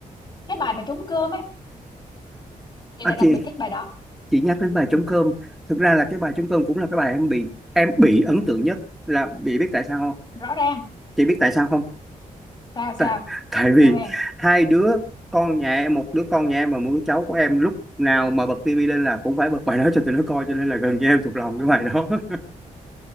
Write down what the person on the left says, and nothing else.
cái bài mà trống cơm ấy chị
đã đặc
biệt thích bài đó
ừ.
rõ ràng
sao sao
theo em